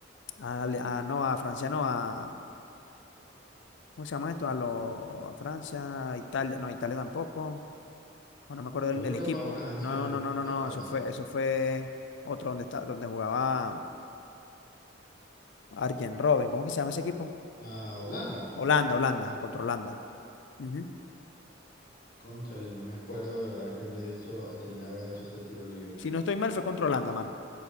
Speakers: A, on the left; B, on the left.
A: A, Ale- a- no, a Francia no, a, ¿cómo se llama esto? A, lo, a Francia, Italia, no, Italia tampoco. Ah, no me acuerdo
B: Yo
A: del,
B: creo
A: del
B: que
A: equipo.
B: fue a Francia,
A: No,
B: yo
A: no,
B: creo
A: no,
B: que
A: no,
B: fue
A: no,
B: a Francia.
A: eso fue, eso fue otro donde está, donde jugaba Arjen Robben. ¿Cómo que se llama ese equipo?
B: A Holanda.
A: Holanda, Holanda, contra Holanda. Ujú.
B: Cónchale, no me acuerdo de verdad quién le hizo, a quién le habrá hecho ese tiro libre.
A: Si no estoy mal, fue contra Holanda, mano.